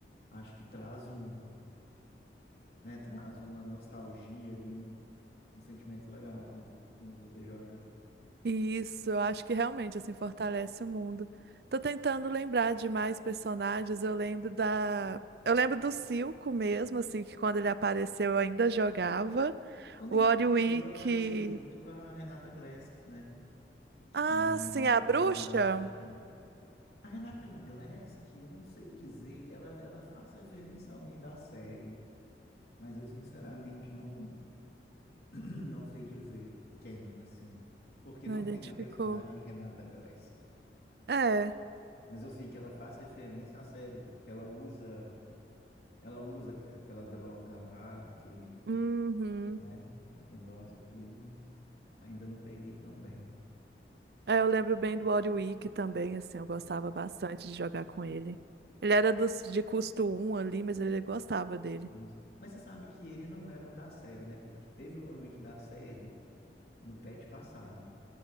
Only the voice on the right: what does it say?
Isso, eu acho que realmente, assim, fortalece o mundo. Tô tentando lembrar de mais personagens, eu lembro da... Eu lembro do Silco mesmo, assim, que quando ele apareceu eu ainda jogava.
O
Oriwick...
Ah,
sim,
a
bruxa?
Não
identificou.
É.
Uhum.
É, eu lembro bem do Warwick também, assim, eu gostava bastante de jogar com ele. Ele era dos, de custo um ali, mas ele gostava dele.